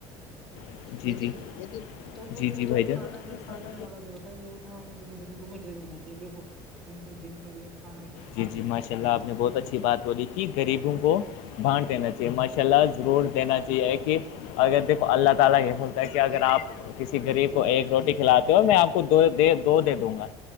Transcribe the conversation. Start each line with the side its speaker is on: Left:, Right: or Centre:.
Left: ہیں جی
Centre: ہے کہ
Left: جی
Centre: نہیں تو وہ
Left: جی
Centre: جو
Left: جی
Centre: ہے
Left: بھائی
Centre: وہ جو
Left: جان
Centre: کھانا جو ہے سڑنے والا جو ہوتا ہے وہ نا ہمیں جو ہے غریبوں میں دے دینا چ یہ جو جن پہ دن کا جو ہے کھانے کھانے
Left: جی جی
Centre: کے
Left: ماشاء
Centre: پیسے
Left: اللہ
Centre: نہیں
Left: آپ نے بہت اچھی بات بولی کہ غریبوں کو
Centre: ہوتے۔
Left: بانٹ پنے نا چاہیے ماشاء اللہ ضرور دینا چاہیے کہ اگر دیکو اللہ ت یہ ہوتا ہے کہ اگر آپ کسی غریب
Centre: جی
Left: کو
Centre: جی
Left: ایک روز کھلاتے ہو اور میں آپ کو دوے دو دے دوں گا